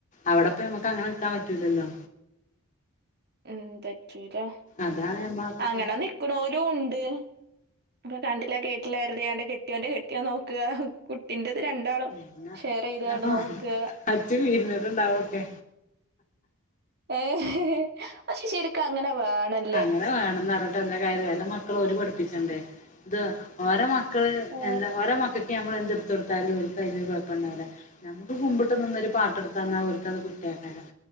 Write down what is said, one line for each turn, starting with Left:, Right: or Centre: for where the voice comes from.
Left: അവടപ്പ ഞമ്മക്കങ്ങനെക്കാൻ പ റ്റൂലല്ലോ.
Right: ഉം തെ. <unintelligible>
Left: അതാണ് ഞമ്മളെ
Right: അങ്ങനെ നിക്ക് ണോലൂണ്ട്. അപ്പൊ കണ്ടി ല്ല കേട്ടില്ലായിര് <unintelligible> ഞാന്റെ കെട്ടിയോന്റെ കെട്ട്യോ നോക്കാ കുട്ടിൻ്റെത് രണ്ടാളും
Left: എന്നാ
Right: ഷെയറെയ്ത്കാണ്ട്
Left: എന്നപ്പ
Right: നോക്കാ
Left: അച്ഛൻ വെര് <unintelligible> ഉണ്ടാവൊക്കെ
Right: ഏഹ് ഹെ ഹെ അ ശ ശെരിക്കും അങ്ങനെ വേണം
Left: അങ്ങനെ വേണന്നർഞ്ഞട്ടെന്താ കാര്യം ഓലെ മക്കള് ഓല് പഠിപ്പിച്ചണ്ടേ? ത് ഓരെ മക്കള്
Right: ആ
Left: എന്താ ഓരോ മക്കക്ക് ഞമ്മള് എന്ത്ട്ത്തൊട്ത്താലും ഓര്ക്കയ്ന് കൊയപ്പണ്ടാവൂല. ഞമ്മക്ക് കുമ്പ്ട്ട് നിന്നൊരു പാട്ടട്ത്തന്നാ ഓര്ക്കത് കുറ്റാക്കാരം.